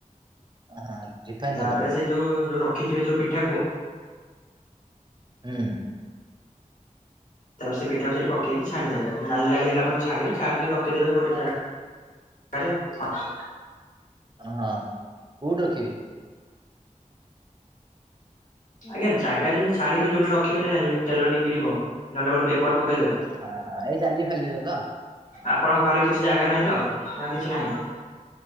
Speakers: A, on the right; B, on the left.
A: ଆ ହଁ। ରିଫାଇନ
B: ତାପରେ
A: ତେଲ
B: ସେ ଯୋଉ ଯୋଉ ରଖିଥିବେ ଯୋଉ ପିଠାକୁ
A: ହୁଁ।
B: ତାପରେ ସେ ପିଠାକୁ ସେଠି ପକେଇକି ଛାଣିଦେବେ। ନାଲି ନାଲି ହେଲା ପର୍ଯ୍ୟନ୍ତ ଛାଣିବେ ଛାଣିକି ରଖିଦେବେ ଗୋଟେ ଜାଗାରେ। ଆରେ ହଁ।
A: ହଁ କୋଉଠି ରଖିବେ?
B: ଆଜ୍ଞା ଜାଗା ଯେମିତି ଛାଣିକି ଯୋଉଠି ରଖିବେନି ନା ଯେମିତି ତେଲ ନିଗିଡିବ। ନହେଲେ ଗୋଟେ ପେପର ପକେଇଦେବେ।
A: ହଁ ହଁ ଏଇ ଜାଲି ଫାଲିରେ ତ
B: ଆପଣଙ୍କ ଘରେ କିଛି ଜାଗା ନାହିଁ ତ ନା କିଛି ନାହିଁ?